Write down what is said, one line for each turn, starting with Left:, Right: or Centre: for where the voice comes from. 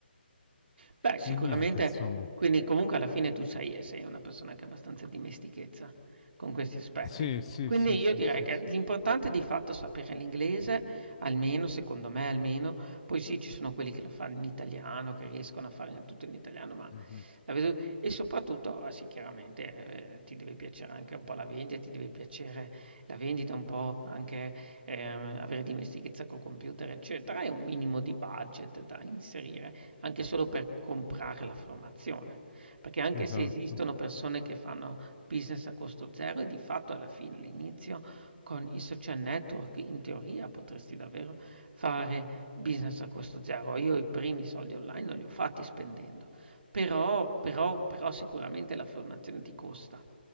Right: Beh, sicuramente
Left: e niente, insomma.
Right: quindi comunque alla fine tu sei sei una persona che ha abbastanza dimestichezza con questi aspetti.
Left: Sì, sì,
Right: Quindi
Left: sì,
Right: io
Left: sì,
Right: direi
Left: sì,
Right: che
Left: sì.
Right: l'importante
Left: sì.
Right: di fatto è sapere l'inglese, almeno secondo me almeno, poi sì ci sono quelli che lo fanno in italiano, che riescono a fare tutto in italiano, ma
Left: Mhm.
Right: la vedo e soprattutto, ah sì chiaramente, ehm, ti deve piacere anche un po' la vendita, ti deve piacere la vendita, un po' anche, ehm, avere dimestichezza col computer eccetera, e un minimo di budget da inserire anche solo per comprare la formazione, perché anche
Left: Esatto.
Right: se esistono persone che fanno business a costo zero e di fatto alla fine, all'inizio con i social network in teoria potresti davvero fare business a costo zero. Io i primi soldi online non li ho fatti spendendo, però, però, però sicuramente la formazione ti costa.